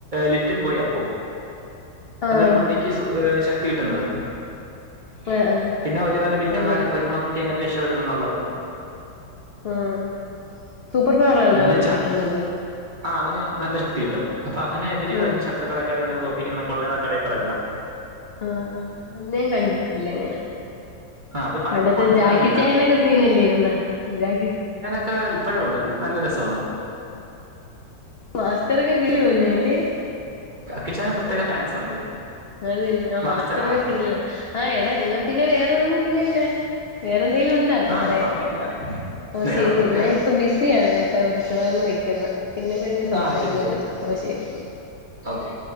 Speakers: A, on the right; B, on the left.
A: ലിറ്റിൽ ബോയ് അപ്പൂ
B: ആഹ്
A: അതൊരു കുട്ടിക്ക് ഏഹ് ശക്തി കിട്ടുന്നത്
B: ആഹ് ആഹ്
A: പിന്നെ ഒരു വരവില്ലന്മാരൊ
B: അത് ഞാൻ
A: <unintelligible> കുട്ടി എങ്ങനെ രക്ഷപ്പെെടുന്നു എന്നുള്ളത്
B: ആഹ് സൂപ്പർ പവറ ആണോ
A: പിന്നെ
B: ഇനി
A: ച
B: കിട്ടുന്നത്
A: ആ അവന് നല്ല ശക്തി കിട്ടും അപ്പൊ അവനെതിരെ
B: ആഹ്
A: വരുന്ന ശത്രുക്കളെയൊക്കെ ഇങ്ങനെ തോക്കും <unintelligible> കൊള്ളേ എന്ന കഥയി പറയുന്ന
B: ആഹ് അത്ഞാ കണ്ടിട്ടില്ല ഇങ്ങനെ
A: ആ അത് പണ്ട്
B: പണ്ടത്തെ
A: പണ്ട്
B: ജാക്കി
A: ഇറങ്ങിയതാ
B: ചായ്നൊക്കെ സീനല്ലേ ഇരുന്ന ജാക്കി
A: <unintelligible> ഇപ്പഴുംണ്ട് അത് നല്ല രസവ
B: മാസ്റ്റർഗ <unintelligible> അല്ലെ
A: വിച്ചാന് പ്രത്യേക ഫാൻസ് ഉണ്ട്
B: അത് നെ ആ
A: മാസ്റ്ററാ
B: മാസ്റ്ററൊക്കെ കിടലോ ആഹ് എടാ എന്നാ പിന്നെ വേറൊന്നും ഇല്ലല്ലോ എന്തെങ്കിലും ഉണ്ടാ
A: ആ
B: പറയാൻ
A: വേറൊന്നുമില്ല
B: ഓ
A: വേറൊന്നുമില്ല
B: ശരിയ ഞൻ ഇപ്പ ബിസിയാണ് ഏട്ടാ കുറച്ച വ പിന്നെപ്പോഴെ സംസാരിക്കയടാ
A: ആ ശരി ശരി
B: ഓ ശരി
A: ഓക്കെ